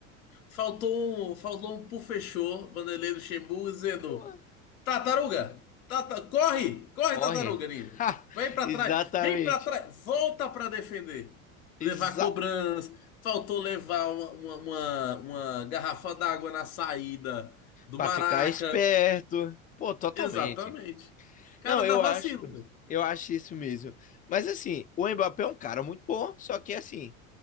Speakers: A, on the left (about 80°); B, on the left (about 20°).
A: Faltou um, faltou um por fechou, Vanderlei Luxemburgo, dizendo:
B: Pô,
A: Tartaruga, tata, corre, corre,
B: corre.
A: tartaruga, ninja.
B: <laughs>
A: Vem pra
B: Exatamente.
A: trás, vem pra trás, volta pra defender.
B: Exato.
A: Levar cobrança, faltou levar uma, uma, uma, uma garrafa d'água na saída do
B: Pra
A: Maraca.
B: ficar esperto. Pô, totalmente.
A: Exatamente. Cara,
B: Não,
A: dá
B: eu
A: vacilo,
B: acho,
A: velho.
B: eu acho isso mesmo. Mas assim, o Mbappé é um cara muito bom, só que assim,